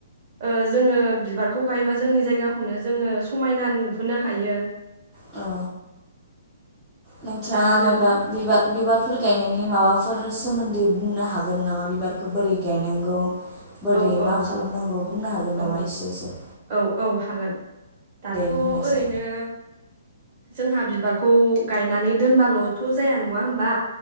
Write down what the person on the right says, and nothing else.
ओ जोङो बिबारखौ गायबा जोंनि जायगाखौनो जोङो समायना नुहोनो हायो।
दा नों
औ औ
औ
औ -औ हागोन दाथ'
ओरैनो जोंहा बि बारखौ गायनानै दोनबाल'थ' जाया नङा होमबा?